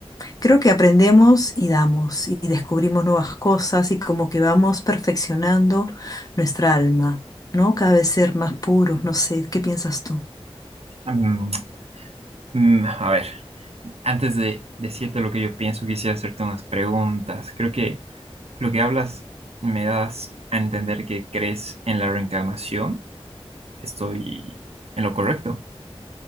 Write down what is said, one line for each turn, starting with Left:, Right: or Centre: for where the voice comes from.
Left: Creo que aprendemos y damos y descubrimos nuevas cosas y como que vamos perfeccionando nuestra alma, ¿no? Cada vez ser más puros, no sé, ¿qué piensas tú?
Right: Mm, mm, a ver, antes de decirte lo que yo pienso, quisiera hacerte unas preguntas. Creo que Lo que hablas me das a entender que crees en la reencarnación. ¿Estoy en lo correcto?